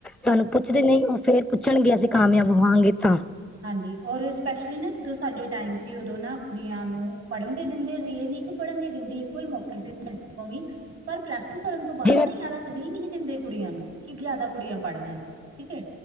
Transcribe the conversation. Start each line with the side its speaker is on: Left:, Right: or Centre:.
Centre: ਸਾਨੂੰ ਪੁੱਛਦੇ ਨਹੀਂ, ਉਹ ਫੇਰ ਪੁੱਛਣਗੇ ਅਸੀ ਕਾਮਯਾਬ ਰਹਾਂਗੀ ਤਾਂ।
Right: ਹਾਂਜੀ, ਔਰ ਸਪੈਸ਼ਲੀ ਨਾ ਜਦੋਂ ਸਾਡੇ ਟਾਈਮ ਸੀ, ਉਦੋਂ ਨਾ ਕੁੜੀਆਂ ਨੂੰ ਪੜ੍ਹਨ ਦੇ ਦਿੰਦੇ ਨਈਂ ਏ ਨੀ ਕੀ ਪੜਨ ਨੀ ਦਿੰਦੇ ਈਕਵਲ ਮੋਕੇ ਸੀ ਸਾਡੇ ਕੋ ਵੀਂ। ਪਰ ਪਲੱਸ ਟੂ ਕਰਨ ਤੋਂ ਬਾਅਦ
Centre: ਜਿਵੇਂ
Right: ਨਾ ਜ਼ਿਆਦਾ ਤਜ਼ੀਹ ਨਹੀਂ ਦਿੰਦੇ ਕੁੜੀਆਂ ਨੂੰ ਕਿ ਜਿਆਦਾ ਕੁੜੀਆਂ ਪੜ੍ਹ ਲੈਣ। ਠੀਕ ਐ,